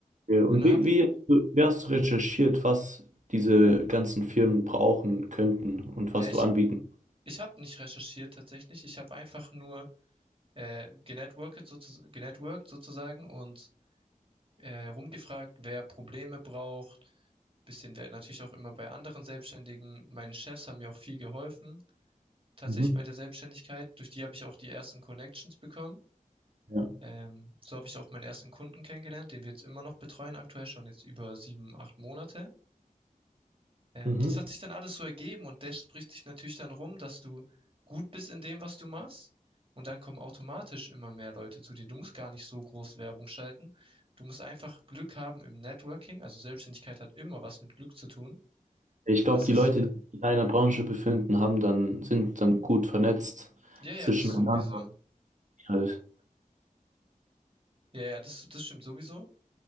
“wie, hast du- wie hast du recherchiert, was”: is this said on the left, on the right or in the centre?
Right